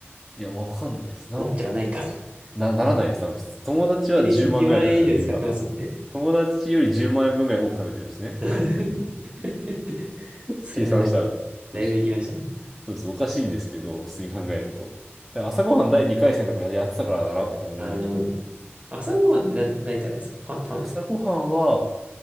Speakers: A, in the centre; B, on the right.
A: いや、わかんないです。なん、
B: なっちゃわないか。<laughs>
A: な、ならないです、多分。普通友達は10万ぐらいだった食費が。
B: 1日1万円以上使ってますもんね。
A: 友達より10万円分ぐらい多く食べてるんですね。
B: <laughs> <laughs>
A: <laughs>
B: それはだいぶ、
A: 計算したら。そうそう。
B: だいぶ行きましたね。
A: そうそう、おかしいんですけど、普通に考えると。だから朝ごはん第2回戦とかやってたからだなと多分思う
B: あの、朝ごはんってな、何食べるんですかパン、パン。
A: 朝ごはんは、